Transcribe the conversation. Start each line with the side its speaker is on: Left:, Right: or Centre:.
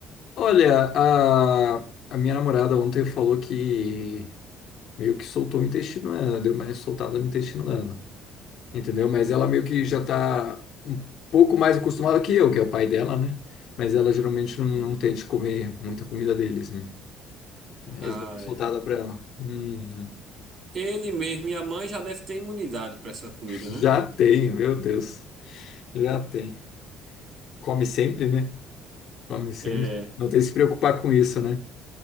Left: Olha, a, a minha namorada ontem falou que meio que soltou o intestino dela, deu mais soltada no intestino dela. entendeu? Mas ela meio que
Right: Hum,
Left: já tá um pouco mais acostumada que eu, que é o pai dela, né? Mas ela geralmente não, não
Right: hum.
Left: tende comer muita comida deles, né? Aí
Right: Ah,
Left: Eles dão uma soltada
Right: é.
Left: pra ela. Hum,
Right: Ele mesmo e a mãe já deve ter imunidade para essa comida,
Left: já
Right: né?
Left: tem, meu Deus. Já tem. Come sempre, né? Come sempre.
Right: É,
Left: Não tem que se preocupar com isso, né?